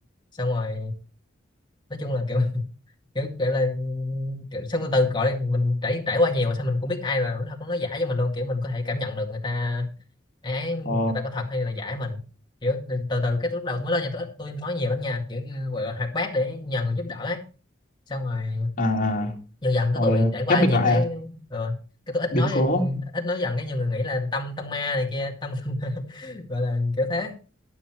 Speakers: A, on the left; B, on the left.
A: xong rồi nói chung là kiểu kiểu kiểu là kiểu, xong từ từ gọi là mình trải trải qua nhiều mà sao mình cũng biết ai là nói thật nó giả cho mình luôn kiểu mình có thể cảm nhận được người ta ái ấy, người
B: ồ,
A: ta có thật hay là giả mình kiểu từ từ, từ cái lúc đầu mới lên nhà tôi, tôi nói nhiều lắm nha kiểu như gọi là hoạt bát để nhờ người giúp đỡ ấy xong rồi
B: à, à,
A: dần dần
B: rồi
A: cái tôi bị trải qua
B: khép mình
A: nhiều
B: lại
A: cái
B: à,
A: ờ, cái tôi ít
B: biến
A: nói
B: cố.
A: ít nói dần cái nhiều người nghĩ là tâm tâm ma này kia tâm <laughs> gọi là kiểu thế